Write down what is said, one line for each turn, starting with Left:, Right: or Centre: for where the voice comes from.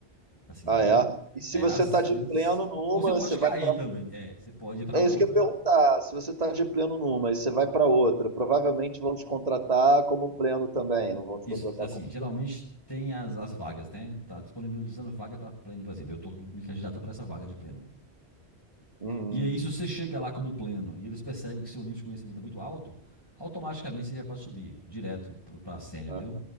Left: Assim,
Right: Ah,
Left: entendeu?
Right: é. E se
Left: É,
Right: você
Left: às
Right: tá
Left: vezes...
Right: de pleno numa,
Left: Ou você pode
Right: você vai
Left: cair
Right: para.
Left: também. É, você pode ir pra
Right: É
Left: outra...
Right: isso que eu ia perguntar. Se você tá de pleno numa e você vai para outra, provavelmente vão te contratar como pleno também, não vão te
Left: Isso,
Right: contratar
Left: assim,
Right: como.
Left: geralmente tem as, as vagas, né? Tá disponibilizando vaga pra pleno, por exemplo. Eu tô me candidatando pra essa vaga de pleno.
Right: Uhum.
Left: E aí, se você chega lá como pleno e eles percebem que seu nível de conhecimento é muito alto, automaticamente você já pode subir direto para sênior,
Right: Ah,
Left: entendeu?